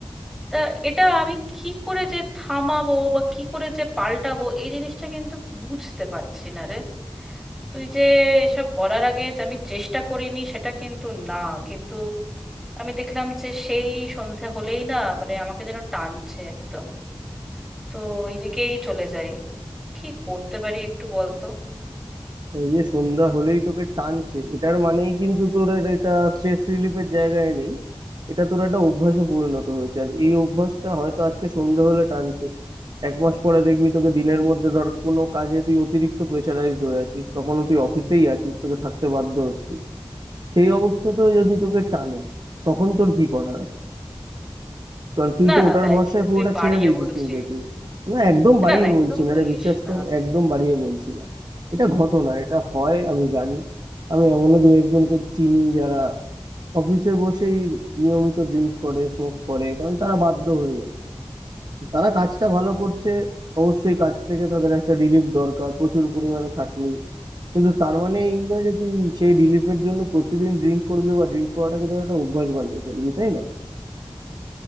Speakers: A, in the centre; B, on the right (about 45°).
A: তা এটা আমি কি করে যে থামাবো বা কি করে যে পাল্টাবো এই জিনিসটা কিন্তু বুঝতে পারছি না রে তুই যে এসব বলার আগে যে আমি চেষ্টা করিনি সেটা কিন্তু না কিন্তু আমি দেখলাম যে সেই সন্ধে হলেই না মানে আমাকে যেন টানছে একদম তো ওই দিকেই চলে যাই কি করতে পারি একটু বলতো
B: ওই যে সন্ধ্যা হলেই তোকে টানছে এটার মানেই কিন্তু তোর আর এটা স্ট্রেস রিলিফের জায়গায় নেই এটা তোর একটা অভ্যাসে পরিণত হয়েছে আর এই অভ্যাসটা হয়তো আজকে সন্ধ্যা হলে টানছে এক মাস পরে দেখবি তোকে দিনের মধ্যে ধর কোনো কাজে তুই অতিরিক্ত প্রেশারাইজড হয়ে আছিস তখনও তুই অফিসেই আছিস তোকে থাকতে বাধ্য হচ্ছিস সেই অবস্থাতেও যদি তোকে টানে তখন তোর কি করার কারণ তুই
A: না
B: তো
A: না
B: ওটার
A: দেখ
B: ভরসায়
A: এটা
B: পুরোটা
A: তুই বাড়িয়ে
B: ছেড়ে দিয়েছিস
A: বলছিস
B: নিজেকে না একদম বাড়িয়ে
A: না না এরকম
B: বলছি না
A: বলিস
B: রে বিশ্বাস
A: না
B: কর একদম বাড়িয়ে বলছি না এটা ঘটনা এটা হয় আমি জানি আমি এমনও দু একজনকে চিনি যারা অফিসে বসেই নিয়মিত ড্রিঙ্ক করে স্মোক করে কারণ তারা বাধ্য হয়ে গেছে তারা কাজটা ভালো করছে অবশ্যই কাজ থেকে তাদের একটা রিলিফ দরকার প্রচুর পরিমাণে খাটনি কিন্তু তার মানে এই নয় যে তুই সেই রিলিফের জন্য প্রতিদিন ড্রিঙ্ক করবি বা ড্রিঙ্ক করাটাকে তোর একটা অভ্যাস বানিয়ে ফেলবি তাই না